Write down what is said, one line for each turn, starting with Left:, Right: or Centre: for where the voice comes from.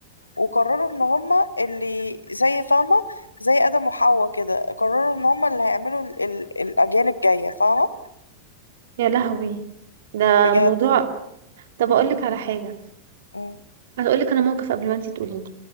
Left: وقرروا ان هما اللي زي فاهمة زي آدم وحواء كده قرروا ان هما اللي هيعملوا ال... ال... الاجيال الجاية فاهمة
Right: يا لهوي ده
Left: بجد
Right: موضوع
Left: يعني.
Right: طب اقول لك على حاجه
Left: مم.
Right: هقول لك انا موقف قبل ما انت تقولي لي